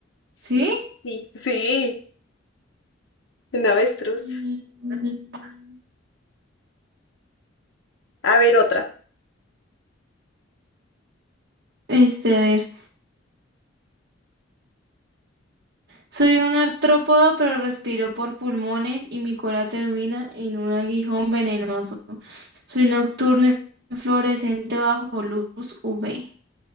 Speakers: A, on the left; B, on the right.
A: sí,
B: ¿Sí?
A: sí, sí, un avestruz.
B: Mm,
A: A ver, otra.
B: Este, a ver, soy un artrópodo, pero respiro por pulmones y mi cola termina en un aguijón venenoso. Soy nocturno y fluorescente bajo luz UV.